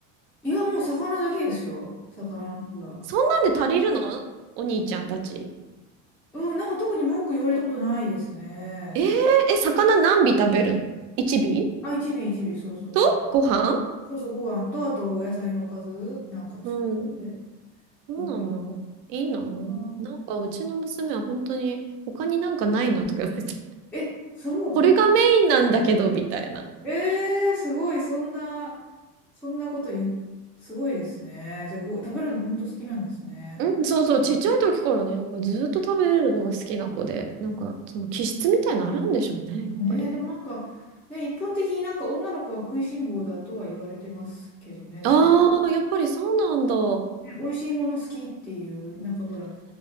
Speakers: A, in the centre; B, on the right.
A: いや、もう魚だけですよ。魚の日は。
B: そんなんで足りるのお兄ちゃんたち。
A: うん、なんか特に文句言われたことないですね。
B: えー、え、魚何尾食べるの ?1 尾
A: あ、一尾一尾、そうそうそう。
B: とご飯
A: そうそう、ご飯と、あとお野菜のおかずなんか作って
B: うん。そうなんだ。
A: くらいで。
B: いいな。
A: そんな。
B: なんかうちの娘は本当に他になんかないのとか言われて。
A: え、そう、
B: これがメインなんだけど、みたいな。
A: ええーすごい、そんな、そんなこと言う、すごいですね。じゃあ、こう、食べるの本当好きなんですね。
B: うん、そうそう、ちっちゃい時からね、なんかずっと食べれるのが好きな子で、なんかその気質みたいなのあるんでしょうね、やっぱり。
A: ねえ、でもなんか、ね、一般的になんか女の子は食いしん坊だとは言われてますけどね。
B: ああ、やっぱりそうなんだ。
A: ね、美味しいもの好きっていう、なんかほら、